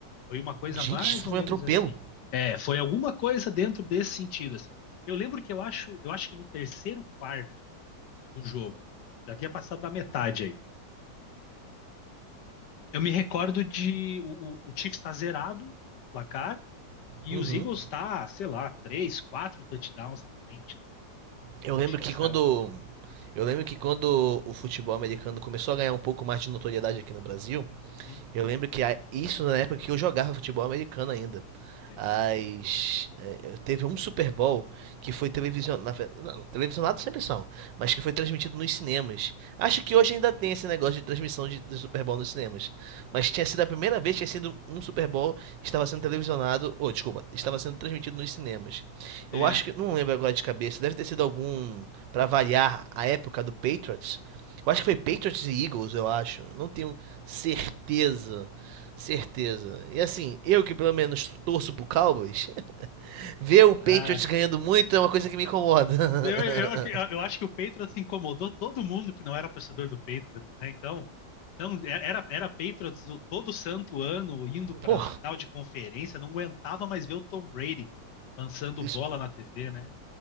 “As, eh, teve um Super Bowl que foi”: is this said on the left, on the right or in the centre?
Right